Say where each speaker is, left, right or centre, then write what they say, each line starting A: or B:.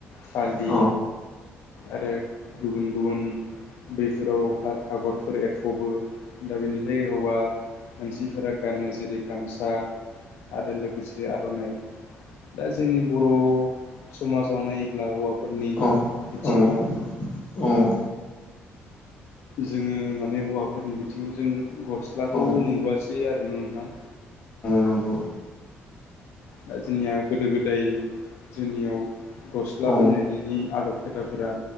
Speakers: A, on the left; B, on the left.
A: फालि
B: औ
A: आरो गुबुन गुबुन बेफोराव आगरफोर एरफ'बो दा बेनिफ्राय हौवा मान सिफोरा गानो जेरै गामसा आरो लोगोसे आर'नाइ दा जोंनि बर' समाजाव नायोब्ला हौवाफोरनि
B: औ
A: बिथिङाव
B: औ
A: जोङो माने हौवाफोरनि बिथिङाव जोङो गस्लाखौ
B: औ
A: नुबासै आरो ना नोंथां
B: नंगौ औ
A: दा जोंनिया गोदो गोदाय जोंनियाव गस्ला
B: औ
A: बानायनायनि आदब खोदाफोरा